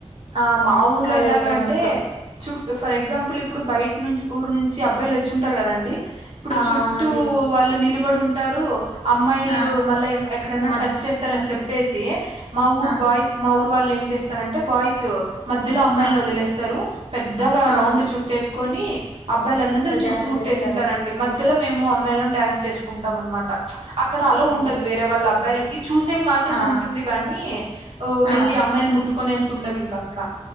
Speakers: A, on the right; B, on the left.
A: ఆ మా ఊర్లొ
B: కాలేజ్
A: ఎలాగ
B: లో
A: అంటే
B: ఉన్నప్పుడు
A: చుట ఫర్ ఎగ్జాంపుల్ ఇప్పుడు బయట నుంచి ఊరు నుంచి అబ్బాయిలు వచ్చి ఉంటారు కదండి ఇప్పుడు
B: ఆ
A: చుట్టూ
B: అవునండి
A: వాళ్ళు నిలుపు ఇప్పుడు ఉంటారు అమ్మాయిలు
B: ఆ
A: మళ్ళా ఎక్కడైనా
B: మద్
A: టచ్ చేస్తారని చెప్ప పెసి మా ఊరు
B: ఆ
A: బాయ్స్ మా ఊ వాళ్ళ ఏం చేస్తారంటే బాయ్స్ మధ్యలో అమ్మాయిని
B: ఆ
A: వదిలేస్తారు పెద్దగా
B: ఆ
A: రౌండ్ చుట్టే కొని అబ్బాయిల అందరు
B: అక్కడ
A: చుట్టుముట్టేసి
B: డ్యాన్స్లు ఏస్తారు
A: ఉంటారండి మ్య మధ్యలో మేము అమ్మాయిలను డ్యాన్స్ చేసుకుంటాం అనమాట అక్కడ అలా
B: ఓకే
A: ఉండదు వేరే వాళ్ళ అబ్బాయిలకి చూసేకి మాత్రం
B: ఆ
A: ఉంటుంది గాని వెళ్ళి
B: ఆ
A: అమ్మాయిలు ముట్టుకు కోనేంత తుండదు ఇంకా అక్కడ